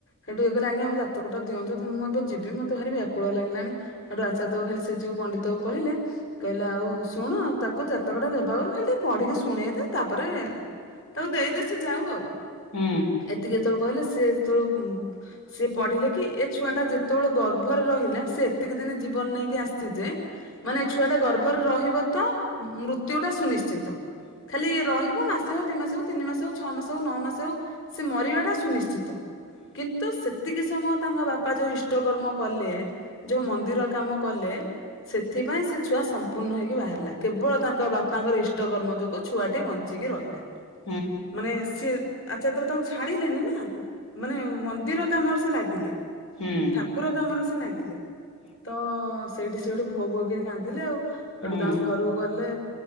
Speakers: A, on the left (about 65°); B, on the left (about 85°).
A: ହେଟୁ ଇଏ କହିଲେ ଆଜ୍ଞା ଆମ ଜାତକଟା ଦିଅନ୍ତୁ ମୁଁ ଏବେ ଯିବି ମତେ ଭାରି ବ୍ୟାକୁଳ ଲାଗିଲାଣି। ହେଟୁ ଅର୍ଚାଯ୍ୟ ଖାଲି ସେ ଯୋଉ ପଣ୍ଡିତ କୁ କହିଲେ। କହିଲେ ଆଉ ଶୁଣ ତାକୁ ଜାତକ ଟା ଦେବା ଆଗରୁ ଖାଲି ଟିକେ ପଢିକି ଶୁଣେଇଦେ ତାପରେ ତାକୁ ଦେଇଦେ ସେ ଯାଉ ଆଉ।
B: ହୁଁ।
A: ଏତିକି ଯେତେବେଳେ କହିଲେ ସିଏ ଯେତେବେଳକୁ ସେ ପଢିଲେ କି ଏ ଛୁଆ ଟା ଯେତେବେଳେ ଗର୍ଭରେ ରହିଲା ସେ ଯେତିକି ଦିନି ଜୀବନ ନେଇକି ଆସିଛି ଯେ ଛୁଆ ଟା ଗର୍ଭରେ ରହିବ ତ ମୃତ୍ୟୁ ଟା ସୁନିଶ୍ଚିତ ଖାଲି ରହିବ ମା ମାସେ ଆଉ ଦି ମାସେ ହୋଉ, ତିନି ମାସେ ହୋଉ, ଛଅ ମାସେ ହୋଉ, ନଅ ମାସେ ହୋଉ ସେ ମରିବାଟା ସୁନିଶ୍ଚିତ କିନ୍ତୁ ସେ ସେତିକି ସମୟ ତାଙ୍କ ବାପା ଯୋଉଁ ଇଷ୍ଟକର୍ମ କଲେ ଯୋଉଁ ମନ୍ଦିର କାମ କଲେ। ଏଥିପାଇଁ ସେ ଛୁଆ ସମ୍ପୂର୍ଣ୍ଣ ହୋଇକି ବାହାରିଲା କେବଳ ତାଙ୍କ ବାପାଙ୍କର ଇଷ୍ଟ ଇଷ୍ଟ କର୍ମ ଯୋଗୁଁ ଛୁଆଟି ବଞ୍ଚିକି ରହିଲା
B: ହଁ
A: ମାନେ ସିଏ ଆଚାର୍ୟ ତ ତାଙ୍କୁ ଛାଡିଲେନି ନା ମାନେ ମନ୍ଦିର କାମରେ ସେ ଲାଗିଲେ।
B: ହୁଁ।
A: ଠାକୁର କାମରେ ସେ ନାଗିଲେ ତ ସେଇଠି ସେ ହେଠୁ ଭୋ ଭୋ କରି କାନ୍ଦିଲେ ଆଉ। ହେଠୁ
B: ହୁଁ
A: ତାଙ୍କ ଘରୁ ଗଲେ